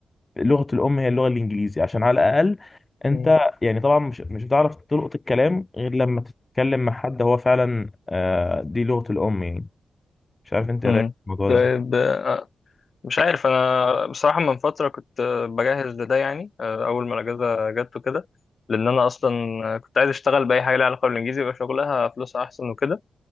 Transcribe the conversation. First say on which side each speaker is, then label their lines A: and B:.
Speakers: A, on the left; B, on the left.
A: لغه الام هي اللغه الانجليزي عشان على الاقل انت
B: مم.
A: يعني طبعا مش مش هتعرف تلقط الكلام غير لما تتكلم مع حد هو فعلا آه، دي لغه الام يعني مش عارف انت
B: مم.
A: ايه رايك في الموضوع
B: طيب
A: ده
B: مش عارف انا بصراحه من فتره كنت بجهز لده يعني آه، اول ما الاجازه جت وكده لان انا اصلا كنت عايز اشتغل باي حاجه ليها علاقه بالانجليزي يبقى شغلها فلوسها احسن وكده